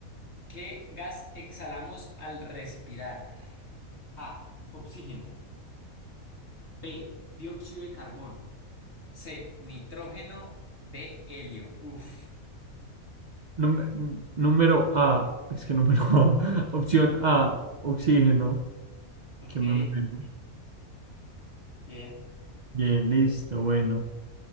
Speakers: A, on the left; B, on the right.
A: ¿Qué gas exhalamos al respirar? A. Oxígeno. B. Dióxido de carbono. C. Nitrógeno. D. Helio. Uf.
B: Número, número A, es que número A, <laughs> opción A, oxígeno,
A: Ok,
B: que me muero.
A: bien.
B: Bien, listo, bueno.